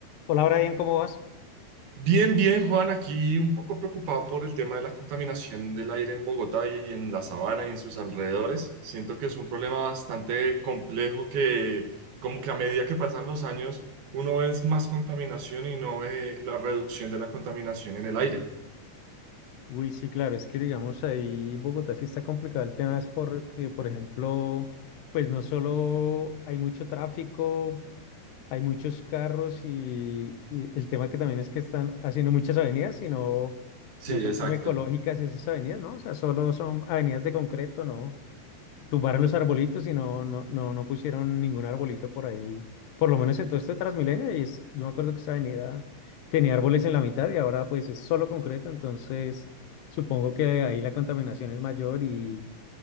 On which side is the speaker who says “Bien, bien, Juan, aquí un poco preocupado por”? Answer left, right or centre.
Right